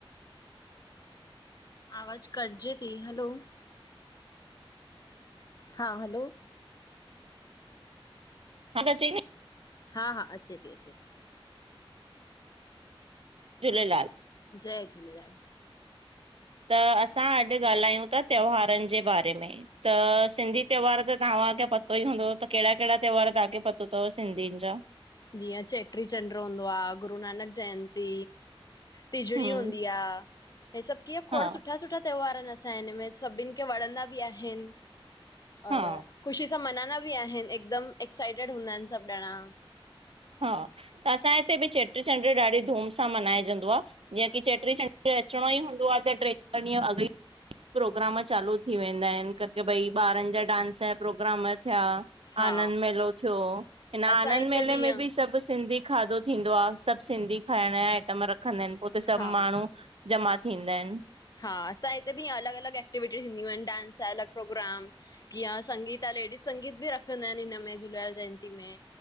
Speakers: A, on the left; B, on the right.
A: आवाज़ कट्जे थी हलो। हा हलो।
B: हा त चईपी।
A: हा हा अचे थी अचे थी।
B: झूलेलाल।
A: जय झूलेलाल।
B: त असां अॼु ॻाल्हायूं था त्योहारनि जे बारे में त सिंधी
A: ठीकु
B: त्योहार
A: आ।
B: त। तवां अॻां पतो ई हूंदो त कहेड़ा कहेड़ा त्योहार तांखे पतो थव सिधियुन जा।
A: जीअं चेट्री चंड हूंदो आ गुरूनानक जयंती। तिजड़ी
B: हम
A: हूंदी आ हे सभ कीअं खोड़
B: हा
A: सुठा सुठा। त्योहरसां हिन में सभिन खे वणंदा बि आहिन
B: हा
A: और ख़ुशी। सभ मञंदा बि आहिन हिकदम एक्साइटेड हूंदा आहिन सभ ॾणा।
B: हा त असांजे हिते बि चेट्री चंड ॾाढी धूम सां मन्हाइजंदो आ। जीअं की चेटरी रचणो ई हूंदो आह त ट्रे दिहं अगै। प्रोग्राम चालू थी वेंदा आहिन क के भई ॿारन जा डांस जा प्रोग्राम थिया।
A: हा
B: आनंद मेलो थियो हिन
A: असां
B: आनंद
A: हिते
B: मेले
A: बि
B: में।
A: ईअं
B: सभ सिंधी खाधो थींदो आहे सभ सिंधी खाइण जा आइटम रखंदा आहिन पोइते सभु
A: हा
B: माण्हू। जमा थींदा आहिन।
A: हा असांजे हिते बि अलॻ अलॻ एक्टिविटी थींदियूं आहिन डांस आ अलॻ प्रोग्राम। की आ संगीत आ लेडीज संगीत बि रखंदा आहिन हिनमें झूलेलाल जयंती में।